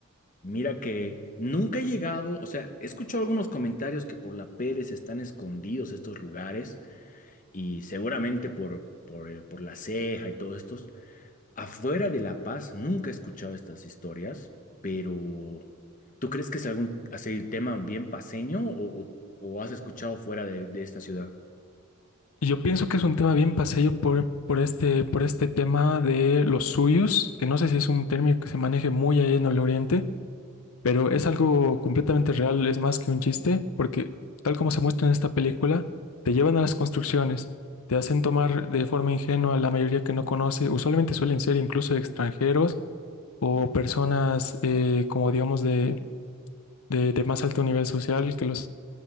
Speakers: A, on the left; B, on the left.
A: mira que nunca he llegado, o sea, he escuchado algunos comentarios que por la Pérez están escondidos estos lugares y seguramente por, por, eh, por la Ceja y todos estos. Afuera de La Paz nunca he escuchado estas historias, pero ¿tú crees que es algún así, tema bien paseño o, o- o has escuchado fuera de de esta ciudad?
B: Y yo pienso que es un tema bien paseño por, por este, por este tema de los suyos, que no sé si es un término que se maneje muy ahí en el Oriente, Pero es algo completamente real, es más que un chiste, porque tal como se muestra en esta película, te llevan a las construcciones, te hacen tomar de forma ingenua la mayoría que no conoce, usualmente suelen ser incluso extranjeros o personas eh, como digamos de, de- de más alto nivel social que los